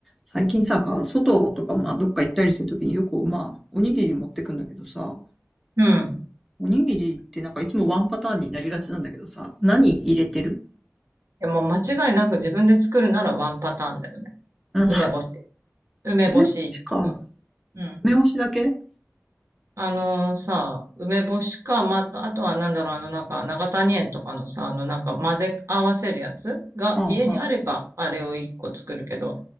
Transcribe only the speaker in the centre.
最近さ、か外とか、まあ、どっか行ったりするときによく、まあ、おにぎり持ってくんだけどさ、
おにぎりってなんかいつもワンパターンになりがちなんだけどさ、何入れてる
うん、
梅干しか。
梅干しだけ
ああ、はあ。